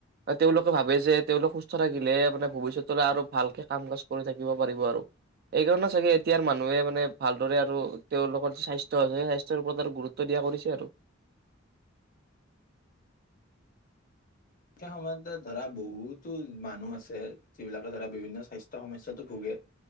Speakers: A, on the right; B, on the left.
A: তেওঁলোকে ভাবে যে তেওঁলোক সুস্থ থাকিলে মানে ভৱিষ্যতলৈ আৰু ভালকে কাম কাজ কৰি থাকিব পাৰিব আৰু এইকাৰণে চাগে এতিয়াৰ মানুহে মানে ভালদৰে আৰু তেওঁলোকৰ যি স্বাস্থ্য আছে সেই স্বাস্থ্যৰ ওপৰত আৰু গুৰুত্ব দিয়া কৰিছে আৰু
B: সে সময়তে ধৰা বহুতো মানুহ আছে যিবিলাকে ধৰা বিভিন্ন স্বাস্থ্য সমস্যাতো ভোগে